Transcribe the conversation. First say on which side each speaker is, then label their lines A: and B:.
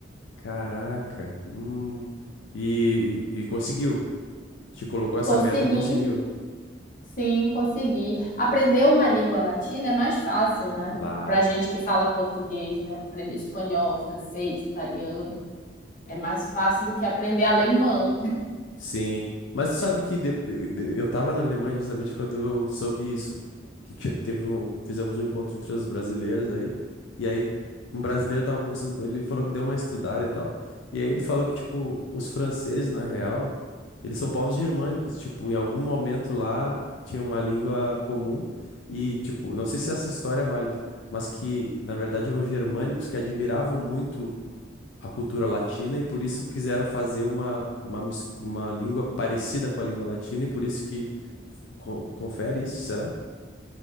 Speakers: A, on the left; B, on the left.
A: Caraca. Hum. E, e, e conseguiu. Te colocou essa
B: Consegui,
A: meta e conseguiu.
B: sim, consegui. Aprender uma língua latina é mais fácil, né?
A: Claro.
B: Pra gente que fala português, né? Aprender espanhol, francês, italiano. É mais fácil do que aprender alemão.
A: Sim, mas tu sabe que de- de- eu tava na Alemanha justamente quando eu soube isso, que te- teve um, fizemos um encontro entre os brasileiros aí, e aí um brasileiro tava conversando com ele, ele falou que deu uma estudada e tal, e aí ele falou que, tipo, os franceses, na real, eles são povos germânicos, tipo, em algum momento lá tinha uma língua comum, e, tipo, não sei se essa história é válida, mas que, na verdade, eram germânicos que admiravam muito a cultura latina e por isso quiseram fazer uma, uma, mis- uma língua parecida com a língua latina e por isso que co- confere isso, será?